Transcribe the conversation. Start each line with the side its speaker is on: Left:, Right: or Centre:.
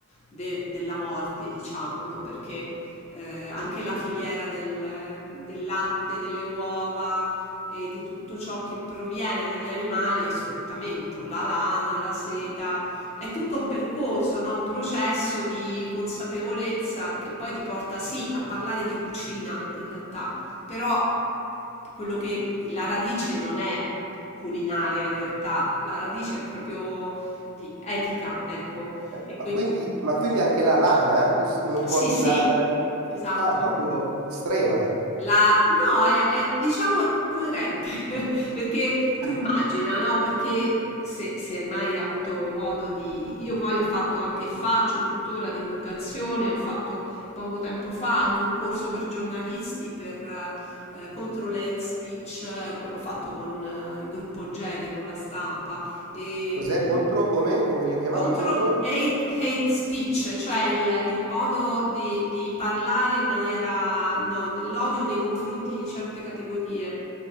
Left: de- della morte, diciamolo, perché eh, anche la filiera del, del latte, delle uova e di tutto ciò che proviene dagli animali è sfruttamento, la lana, la seta, è tutto un percorso, no? Un processo di consapevolezza che poi ti porta sì a parlare di cucina in realtà, però quello che la radice non è culinaria in realtà, la radice è proprio di etica, ecco.
Right: Eh,
Left: E
Right: Ma
Left: quindi
Right: quindi, ma quindi anche la lana? Tu s- non
Left: sì,
Right: porti
Left: sì,
Right: lana?
Left: esatto.
Right: Ah, proprio strema.
Left: La no, è è diciamo è coerente, <laughs> perché
Right: <laughs>
Left: tu immagina, no, perché se se mai hai mai avuto modo di io poi ho fatto anche faccio tuttora divulgazione, ho fatto poco tempo fa anche un corso per giornalisti per eh, contro l'hate speech, eh, co- l'ho fatto con eh, il gruppo Jedi, con la stampa ehm,
Right: Cos'è contro? Come? Come l'hai chiamato
Left: contro
Right: contro?
Left: hate, hate speech, cioè il, il modo di, di parlare in maniera, no, l'odio nei confronti di certe categorie